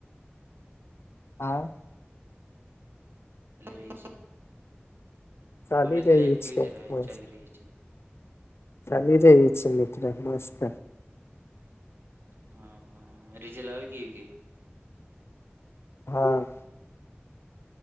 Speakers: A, on the left (about 75°); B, on the right (about 60°).
A: હા
B: <unintelligible>
A: ચાલી
B: કોલેજ
A: રહ્યું
B: લાઈફ કેવી
A: છે બસ
B: ચાલી રહી છે
A: ચાલી રહી છે મિત્ર મસ્ત
B: હા હા હા રીજલા આવે કે કે
A: હા